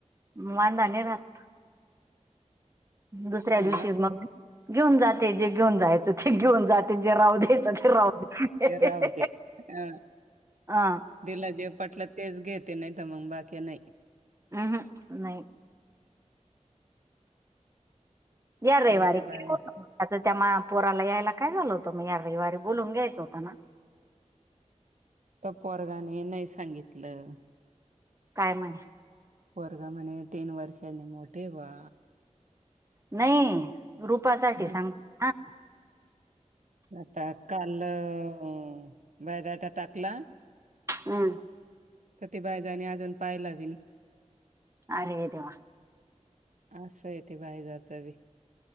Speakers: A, on the right (about 25°); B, on the right (about 80°).
A: वांदा नाही राहत दुसऱ्या
B: हा
A: दिवशी मग घेऊन जाते जे घेऊन जायचं ते घेऊन जात ते जे राहू दे, ते राहू दे
B: ते राहू दे. हां,
A: हा.
B: तिला जे पटलं तेच घेते नाही तर मग बाकी नाही.
A: आ हं. नाही. यार रवीवारी.
B: आमच्या
A: त्याच
B: बाया
A: त्यामा पोराला यायला काय झालं होतं? मग या र रविवार बोलून घ्यायचं होतं मग.
B: तर पोरगाने नाही सांगितलं.
A: काय म्हणे?
B: पोरगा म्हणे तीन वर्षने मोठे वा.
A: नाही रूपासाठी
B: हां,
A: सांग ह
B: आता काल हं बायोडाटा टाकला,
A: हम्म
B: तर ते बाय जाणी अजून पाहिल ही नई.
A: अरे देेवा.
B: असं येते बाई जाचं बी,